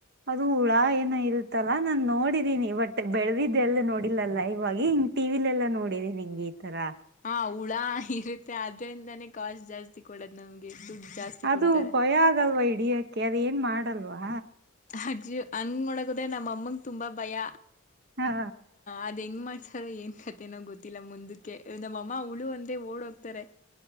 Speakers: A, on the right; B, on the left.
A: ಅದು ಹುಳ ಏನ ಇರುತ್ತಲ್ಲಾ ನಾನ್ ನೋಡಿದೀನಿ ಬಟ್ ಬೆಳದಿದ್ದೆ ಎಲ್ ನೋಡಿಲ್ಲಾ ಲೈವ್ವಾಗಿ. ಟಿವಿಲೆಲ್ಲಾ ನೋಡಿದೆ ಹಿಂಗೆಈ ತರ
B: ಹಾ, ಹುಳ ಇರುತ್ತೆ ಅದ್ರಿಂದಾನೇ ಕಾಸ್ಟ್ ಜಾಸ್ತಿ ಕೊಡದ್ ನಮ್ಗೆ ದುಡ್ ಜಾಸ್ತಿ
A: ಅದು
B: ಕೊಡ್ತಾರೆ
A: ಭಯ ಆಗಲ್ವ ಹಿಡಿಯಕ್ಕೆ ಅದ ಏನ್ ಮಾಡಲ್ವಾ
B: ಅಜ್ಜಿ ಹಂಗ ಮಾಡಕೋದ್ರೆ ನಮ್ಮ ಅಮ್ಮಂಗೆ ತುಂಬಾ ಭಯ
A: ಹಾ
B: ಅದ್ ಹೆಂಗ ಮಾಡ್ತ ರ ಏನ್ ಕತೆನೋ ಗೊತ್ತಿಲ್ಲ ಮುಂದಕ್ಕೆ ನಮ್ಮ ಅಮ್ಮ ಹುಳು ಅಂದ್ರೆ ಓಡ್ ಹೋಗ್ತಾರೆ.